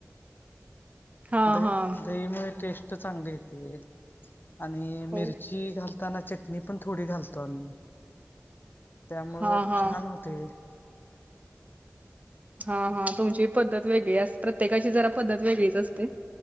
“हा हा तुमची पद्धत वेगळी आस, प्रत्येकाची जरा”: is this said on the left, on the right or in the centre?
Right